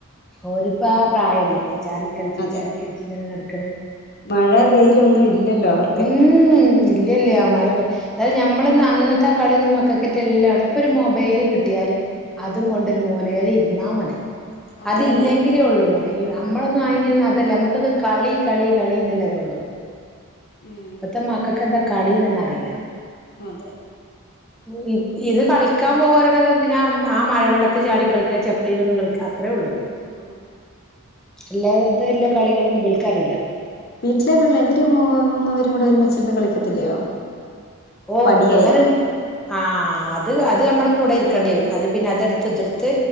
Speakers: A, in the centre; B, on the left.
A: ഓരിപ്പോ ആ പ്രായല്ലേ ചാടിക്കളിച്ച്
B: അതെ
A: ചാടിക്കളിച്ച് ഇങ്ങനെ നടക്കണെ
B: മഴ വെയിലൊന്നുവില്ലല്ലോ അവർക്ക്
A: ഉം ഇല്ലില്ല മഴ എന്താലും ഞമ്മളെ ഒന്നും അന്നത്തെ കളിഒന്നും മക്കക്കാറ്റെല്ലാണ് ഇപ്പൊ ഒരു മുബൈൽ കിട്ടിയാല് അതും കൊണ്ട് ഒരു മൂലേല് ഇരുന്നാ മതി
B: അതെന്നെ
A: അതില്ലെങ്കിലേ ഉള്ളൂ ഇങ്ങനെ ഈ നമ്മളൊന്നും അയിനെ അതല്ല നമ്മക്കത് കളി കളി ഇന്ന് ഇള്ളതുള്ളൂ.
B: ഉം
A: പ്പത്തെ മക്കക്കെന്താ കളിന്നെന്നെ അറീല
B: അതേ
A: ഗെയിം ഇത് കളിക്കാം പോവ്അ അറിണത് എന്തിനാ മ് ആ മഴവെള്ളത്ത് ചാടി കളിക്ക്അ ചപ്പിളിലൊന്ന് കളിക്ക്അ അത് ത്രേ ഒള്ളു
B: ആ
A: ഇല്ലാ ഇത് ഇള്ള കളികളൊന്നും ഇബൽക്കറീല
B: വീട്ടിലെ പിള്ള ഇവര് മൂന്നു പേരും കൂടെ ഒരുമിച്ചിരുന്ന് കളിക്കത്തില്ലയോ അപ്പൊ
A: ഓഹ്
B: അടിയായിരിക്കും
A: അങ്ങനെണ്ട് ആഹ് ത് അത് നമ്മളും കൂടെ ഇരിക്കേണ്ടി വരും അത് പിന്നെ അതെടുത്ത് ഇതെടുത്ത്